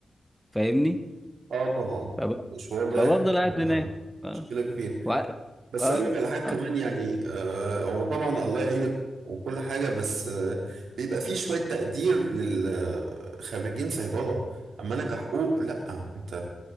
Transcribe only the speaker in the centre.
فاهمني
فب...
فبفضل
قاعد
هناك اه
وع...
اه
اه